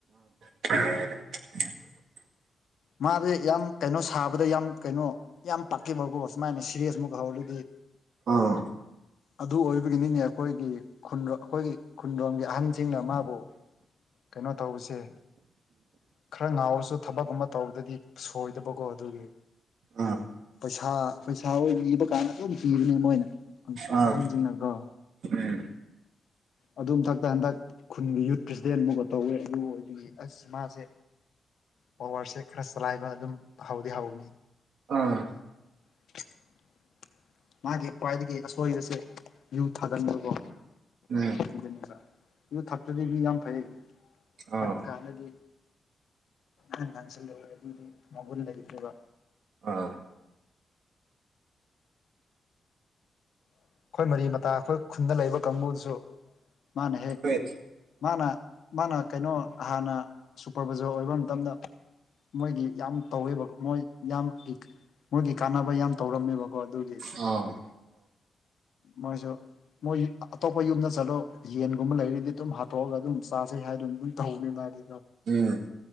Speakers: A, on the right; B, on the left.
A: <unintelligible>
B: ꯃꯥꯗꯤ ꯌꯥꯝ ꯀꯩꯅꯣ ꯁꯥꯕꯗ ꯌꯥꯝ ꯀꯩꯅꯣ ꯌꯥꯝ ꯄꯥꯛꯈꯤꯕꯀꯣ ꯁꯨꯃꯥꯏꯅ ꯁꯤꯔꯤꯁꯃꯨꯛ ꯍꯧꯔꯗꯤ
A: ꯑꯥ
B: ꯑꯗꯨ ꯑꯣꯏꯕꯒꯤꯅꯤꯅꯦ ꯑꯩꯈꯣꯏꯒꯤ ꯑꯩꯈꯣꯏꯒꯤ ꯈꯨꯟꯗ꯭ꯔꯣꯡꯝꯒꯤ ꯑꯍꯟꯁꯤꯡꯅ ꯃꯥꯕꯨ ꯀꯩꯅꯣ ꯇꯧꯕꯁꯦ ꯈꯔ ꯉꯥꯎꯔꯁꯨ ꯊꯕꯛꯀꯨꯝꯕ ꯇꯧꯕꯗꯗꯤ ꯁꯣꯏꯗꯕꯀꯣ ꯑꯗꯨꯒꯤ
A: ꯑꯥ
B: ꯄꯩꯁꯥ ꯄꯩꯁꯥ ꯑꯣꯏ ꯆꯥꯟꯅꯁꯨ ꯑꯗꯨꯝ ꯄꯤꯕꯅꯦ ꯃꯣꯏꯅ
A: ꯑꯥ
B: ꯑꯍꯟꯁꯤꯡꯅꯀꯣ
A: ꯎꯝ
B: ꯑꯗꯨ ꯃꯊꯛꯇ ꯍꯟꯗꯛ ꯈꯨꯟꯒꯤ ꯌꯨꯠꯀꯤ ꯇꯦꯟ ꯑꯃꯨꯒ ꯇꯧꯋꯦ ꯑꯗꯨ ꯑꯣꯏꯗꯤ ꯑꯁ ꯃꯥꯁꯦ ꯄꯋꯥꯔꯁꯦ ꯈꯔ ꯆꯂꯥꯏꯕ ꯑꯗꯨꯝ ꯍꯥꯎꯗꯤ ꯍꯥꯎꯅꯤ
A: ꯑꯥ
B: <unintelligible> ꯃꯥꯒꯤ ꯈ꯭ꯋꯥꯏꯗꯒꯤ ꯑꯁꯣꯏꯕꯁꯦ ꯌꯨ ꯊꯥꯒꯟꯕꯀꯣ
A: ꯎꯝ
B: ꯁꯤꯗꯅꯦꯕ ꯌ ꯊꯛꯛꯇꯗꯤ ꯃꯤ ꯌꯥꯝ ꯐꯩ
A: ꯑꯥ
B: ꯊꯛ ꯀꯅꯗꯤ ꯑ ꯉꯪꯁꯗꯤ ꯃꯒꯟ ꯂꯕ
A: ꯑꯥ
B: ꯑꯩꯈꯣꯏ ꯃꯔꯤ ꯃꯇꯥ ꯑꯩꯈꯣꯏ ꯈꯨꯟꯗ ꯂꯩꯕ ꯀꯥꯡꯕꯨꯁꯨ ꯃꯥꯅ ꯍꯦꯛ
A: ꯑ ꯑꯥ
B: ꯃꯥꯅ ꯃꯥꯅ ꯀꯩꯅꯣ ꯍꯥꯟꯅ ꯁꯨꯄꯔꯕꯥꯖꯔ ꯑꯣꯏꯕ ꯃꯇꯝꯗ ꯃꯣꯏꯒꯤ ꯌꯥꯝ ꯇꯧꯋꯦꯕ ꯃꯣꯏ ꯌꯥꯝ ꯃꯣꯏꯒꯤ ꯀꯥꯟꯅꯕ ꯑꯩꯈꯣꯏ ꯌꯥꯝ ꯇꯧꯔꯝꯃꯦꯕꯀꯣ ꯑꯗꯨꯗꯤ
A: ꯑꯥ
B: ꯃꯣꯏꯁꯨ ꯃꯣꯏ ꯑꯇꯣꯞꯄ ꯌꯨꯝꯗ ꯆꯠꯂꯣ ꯌꯦꯟꯒꯨꯝꯕ ꯂꯩꯔꯗꯤ ꯑꯗꯨꯝ ꯍꯥꯠꯇꯣꯛꯑꯒ ꯑꯗꯨꯝ ꯆꯥꯥꯁꯩ ꯍꯥꯏꯗꯨꯅ ꯑꯗꯨꯝ ꯇꯧꯅꯦ ꯃꯥꯥꯏꯗꯤ
A: ꯎꯝ